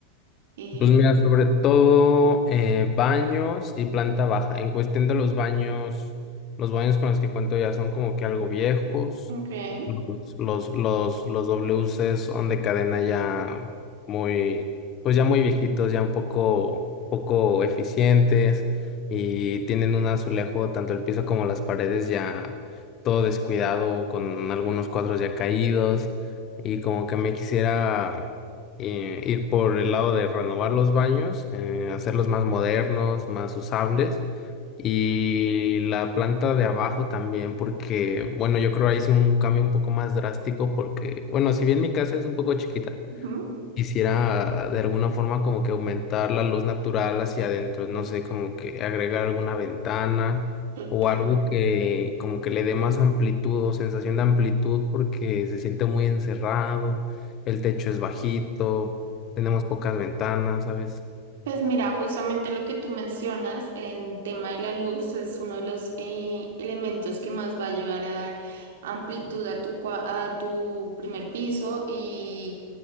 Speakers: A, on the right; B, on the left.
A: Y,
B: Pues mira, sobre todo eh, baños y planta baja. En cuestión de los baños, los baños con los que cuento ya son como que algo viejos.
A: ok.
B: Los, los, los, los WC son de cadena ya muy, pues ya muy viejitos, ya un poco, poco eficientes y tienen un azulejo, tanto el piso como las paredes ya todo descuidado, con algunos cuadros ya caídos y como que me quisiera eh, ir por el lado de renovar los baños, eh, hacerlos más modernos, más usables y la planta de abajo también, porque, bueno, yo creo ahí sí un cambio un poco más drástico, porque, bueno, si bien mi casa es un poco chiquita,
A: Ujú.
B: quisiera de alguna forma como que aumentar la luz natural hacia adentro, no sé, como que agregar alguna ventana
A: Total.
B: o algo que como que le dé más amplitud o sensación de amplitud, porque se siente muy encerrado, el techo es bajito, tenemos pocas ventanas, ¿sabes?
A: Pues mira, justamente lo que tú mencionas en tema de la luz es uno de los eh, elementos que más va a ayudar a dar amplitud a tu, cua- a tu primer piso y